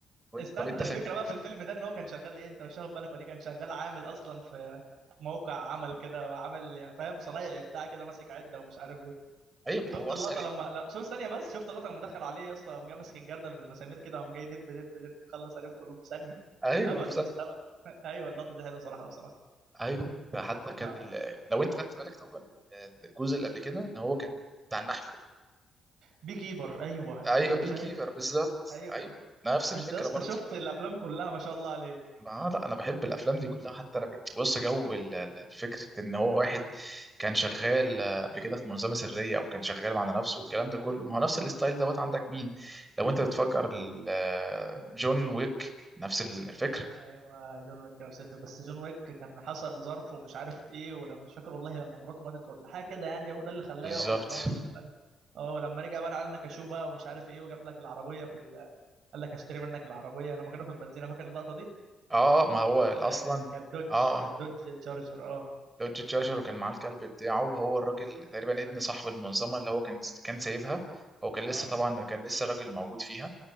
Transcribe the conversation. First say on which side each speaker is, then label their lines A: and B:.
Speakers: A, on the right; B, on the right.
A: وانت
B: استنى
A: طب انت
B: ده
A: فاكر
B: الفكره بقى في الفيلم ده ان هو كان شغال ايه انت مش واخد بالك ولا إيه؟ كان شغال عامل اصلا في في موقع عمل كده وعامل يعني فاهم صنايعي بتاع كده ماسك عده ومش عارف ايه
A: ايوه ما
B: شفت
A: هو
B: اللقطه
A: اصلا
B: لما
A: <laughs>
B: لا شوف ثانيه بس شفت اللقطه لما دخلوا عليه يا اسطى قام جاي ماسك الجردل بالمسامير كده قام جاي دب دب دب خلص عليهم كلهم في ثانيه
A: ايوه
B: هبلوا الناس هبلوا <laughs> ايوه اللقطه دي حلوه صراحه بصراحه
A: ايوه ده حتى كانت
B: اه
A: ال... لو انت خدت بالك طبعا الجزء اللي قبل كده ان هو كان بتاع النحل
B: بي كيبر ايوه الفيلم
A: ايوه
B: ده
A: بي
B: فاجر
A: كيفر بالظبط
B: ايوه
A: ايوه نفس الفكره
B: انت يا اسطى
A: برضه
B: شفت الافلام كلها ما شاء الله عليك
A: ما آه، لا انا بحب الافلام دي كلها حتى انا ب- بص جو ال- ال- الفكره ان هو واحد كان شغال آه، قبل كده في منظمه سريه او كان شغال مع نفسه والكلام ده كله ما هو نفس الستايل دوت عندك مين لو انت بتفكر ال- آه، جون ويك نفس الفكره
B: ايوه جون ويك نفس الفيلم بس جون ويك كان حصل ظرف ومش عارف ايه ولما مش فاكر والله لما مراته ماتت ولا حاجه كده يعني هو ده اللي خلاه
A: بالظبط
B: يقعد ان هو ما يشتغلش اه ولما رجع بقى لعلنا كشو بقى ومش عارف ايه وجاب لك العربيه في ال... قال لك هشتري منك العربيه لما كانوا في البنزينه فاكر اللقطه دي
A: اه ما هو اصلا
B: ده كانت دوج
A: اه
B: كانت
A: آه.
B: دوج تشارجر اه
A: دوج جاجر وكان معاه الكلب بتاعه وهو الراجل تقريبا ابن صاحب المنظمه اللي هو كان كان سايبها هو كان لسه
B: اه
A: طبعا كان لسه الراجل موجود فيها